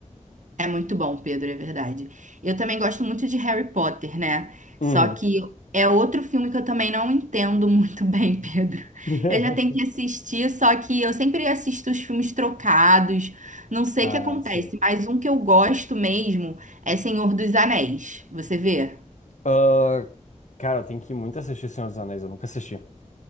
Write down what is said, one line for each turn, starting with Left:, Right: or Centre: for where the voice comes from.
Right: É muito bom, Pedro, é verdade. Eu também gosto muito de Harry Potter, né?
Left: Uhum.
Right: Só que é outro filme que eu também não entendo muito <laughs> bem, Pedro.
Left: <laughs>
Right: Eu já tenho que assistir, só que eu sempre assisto os filmes trocados. Não sei
Left: Ah,
Right: o que acontece,
Left: sim.
Right: mas um que eu gosto mesmo é Senhor dos Anéis. Você vê?
Left: Ah, cara, eu tenho que muito assistir Senhor dos Anéis, eu nunca assisti.